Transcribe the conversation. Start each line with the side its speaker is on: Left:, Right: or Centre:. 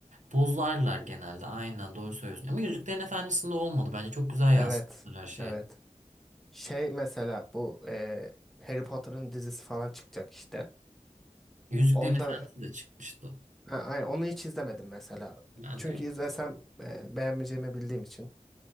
Right: Bozlarlar genelde. Aynen doğru söylüyorsun. Ama Yüzüklerin Efendisi'nde olmadı. Bence çok güzel yansıtmışlar
Centre: Evet.
Right: her şeyi.
Centre: Evet. Şey mesela bu e, Harry Potter'ın dizisi falan çıkacak işte.
Right: Yüzüklerin
Centre: Onda
Right: Efendisi de çıkmıştı.
Centre: ha, ay, onu hiç izlemedim mesela.
Right: Ben
Centre: Çünkü
Right: de
Centre: izlesem e, beğenmeyeceğimi bildiğim için.